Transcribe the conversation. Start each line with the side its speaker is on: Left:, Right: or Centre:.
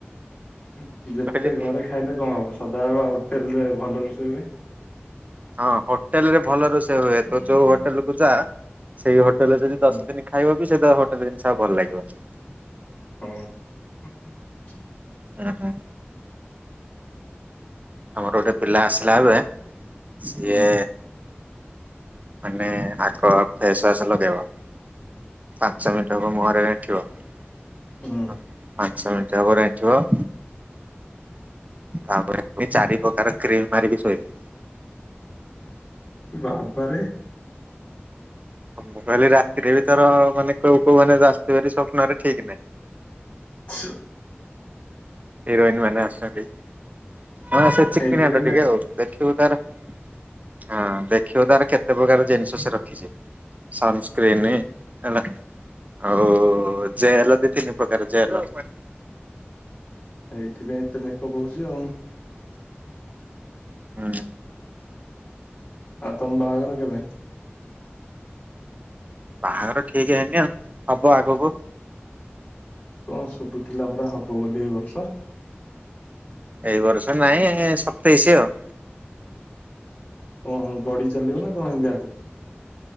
Left: ହୁଁ ଯେତେ
Right: କହିଲେ
Left: ଘରେ ଖାଇଲେ କଣ ହବ ସଦାବେଳେ ବା ହୋଟେଲରେ ଭଲ ରୋଷେଇ ହୁଏ।
Right: ହଁ ହୋଟେଲ ରେ ଭଲ ରୋଷେଇ ହୁଏ
Left: ହୁଁ
Right: ତୁ ଯୋଉ ହୋଟେଲ କୁ ଯା ସେଇ ହୋଟେଲରେ ଯଦି ଦଶ
Left: ହୁଁ
Right: ଦିନ ଖାଇବ ବି ସେ ଦ ହୋଟେଲ ଜିନିଷ ଆଉ ଭଲ ଲାଗିବନି।
Left: ହୁଁ ହୁଁ ହୁଁ ହୁଁ।
Right: ଓହୋ ଆମର ଗୋଟେ ପିଲା ଆସିଲା ଏବେ ସିଏ
Left: ହୁଁ
Right: ମାନେ ଆଗ ଫେସୱାସ ଲଗେଇବ ପାଞ୍ଚ ମିନିଟ୍ ହବ ମୁହଁରେ ରେନ୍ଥିବ ହଁ
Left: ହୁଁ।
Right: ପା ପଞ୍ଚ ମିଣ୍ଟି ହବ ରେନ୍ଥିବ ତାପରେ ନି ଚାରି ପ୍ରକାର କ୍ରିମ ମାରିକି ସୋଇବ।
Left: ବାବାରେ।
Right: ହଁ ମୁଁ କହିଲି ରାତିରେ ବି ତାର ମାନେ କୋଉ କୋଉ ମାନେ ଆସୁଥିବେରି ସ୍ୱପ୍ନରେ ଠିକ ନାହିଁ।
Left: ସ
Right: ହିରୋଇନ ମାନେ ଆସଛନ୍ତି ହଁ ସେ ଚିକିଣିଆଟା
Left: ଏଇଥିପାଇଁ ମେ
Right: ଟିକେ ଆଉ ଦେଖିବୁ ତାର ହଁ ଦେଖିବୁ ତାର କେତେ ପ୍ରକାର ଜିନିଷ ସେ ରଖିଛି ସନ୍ କ୍ରିନି ହେଲା ଆଉ ଜେଲ ଦି ତିନି ପ୍ରକାର ଜେଲ <unintelligible>
Left: ଏଇଥିପାଇଁ ଏତେ ମେକପ୍ ହଉଛି ଆଉ।
Right: ହୁଁ।
Left: ଆଉ ତମ୍ ବାହାଘର ର କେବେ?
Right: ବାହାଘର ଠିକ ହେଇନି ଆଉ ହବ ଆଗକୁ।
Left: କଣ ଶୁଭୁଥିଲା ପରା ହବ ବୋଲି ଏଇ ବର୍ଷ?
Right: ଏଇ ବର୍ଷ ନାଇଁ ସତେଇଶି ଆଉ।
Left: ହୁଁ ଗଡି ଚାଲିବ ନା କଣ ଏମିତି ଆଗକୁ?